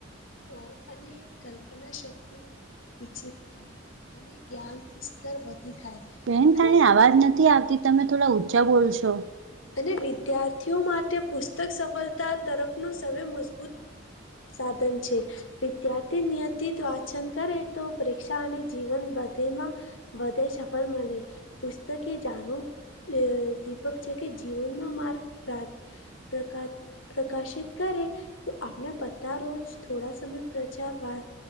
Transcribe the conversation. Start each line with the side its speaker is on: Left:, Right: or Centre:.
Left: અ અને કલ્પના શક્તિ વીકસીત થાય. અને જ્ઞાન સ્તર વધી થાય.
Right: બેહેન
Left: અને
Right: તાની આવાજ નથી આવતી, તમે થોડા ઊંચા બોલશો.
Left: અને વિદ્યાર્થીઓ માટે પુસ્તક સફળતા તરફનું સવે મજબૂત સાધન છે. વિદ્યાર્થી નિયંતિત વાચન કરે, તો પરેક્ષા અને જીવન બધેમાં બધય સફલ મળે, પુસ્તક કે જાણુ અ દીપક છે કે જીવનમાં માર્ગ પાર પ્રકાર પ્રકાશિત કરે, તો આપને બધા રોજ થોડા સમય પ્રચાર વા